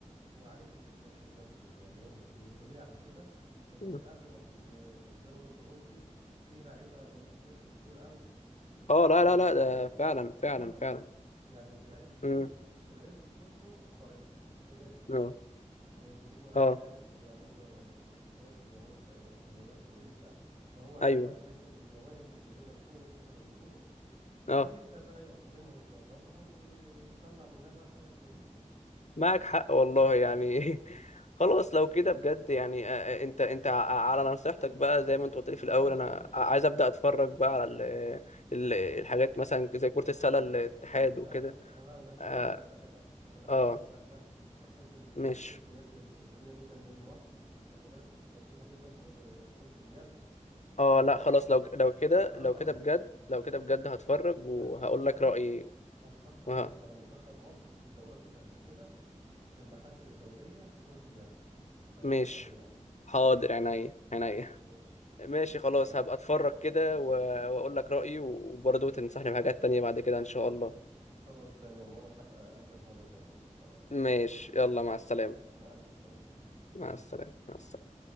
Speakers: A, on the right (about 50°); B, on the left (about 65°).
A: هو عايز نكتشف بس المواهب دي والدليل على كده ان
B: مم.
A: اغلب ال- الدوري الاوروبي فيه لعيبه من افريقيا كتير قوي وفي
B: اه
A: احسن
B: لا لا
A: الانديه
B: لا ده فعلا فعلا
A: اه
B: فعلا
A: يعني بلاقي الهجوم
B: امم
A: الثلاثي كله افارقه الثلاثي
B: اه
A: وبيجيبوا
B: اه
A: اهداف وبيعملوا آه، اسيستات وبيعملوا ت- تمريرات كويسه فهو عايز
B: ايوه
A: بقى اللي ياخد المواهب اللي هي مدفونه دي زي ما بيقولوا
B: اه
A: ويبدا بقى يأقلمها ويدربها وي- ويطلع منها بقى حاجه كويسه
B: معك حق والله يعني <laughs> خلاص لو كده بجد
A: لا
B: يعني آه، آه، انت انت ع- على نصيحتك بقى زي ما انت قلت لي في الاول
A: اه
B: انا
A: اه
B: ع- عايز ابدا اتفرج بقى على ال- ال- الحاجات مثلا زي كرة السلة الاتحاد
A: لا
B: وكده
A: لا انا أنا السله
B: اه
A: انا بحب
B: آه،
A: السله وبحب ال-
B: مش
A: كره اليد جميله جدا لان مصر خلي بالك متقدمه جدا في كره اليد
B: اه لا
A: بتاخد
B: خلاص
A: مركز
B: لو لو كده
A: اه
B: لو كده بجد لو كده بجد هتفرج وهقول
A: لا انصحك
B: لك رأيي
A: انصحك
B: وه-
A: اتفرج على منتخب مصر في الدورات اللي قبل كده في المحافل الدوليه في كره اليد هتعجبك
B: مش
A: قوي يعني
B: حاضر عينيا
A: <laughs>
B: عينيا
A: ماشي
B: ماشي خلاص هبقى اتفرج كده و- واقول لك رأيي وبرضه تنصحني بحاجات تانية بعد كده ان شاء الله
A: خلاص تمام وانا هبقى اقابلك مره تانية ان شاء الله
B: ماشي يلا مع السلامة
A: مع الف سلامه مع السلامه
B: مع السلامة مع السلامة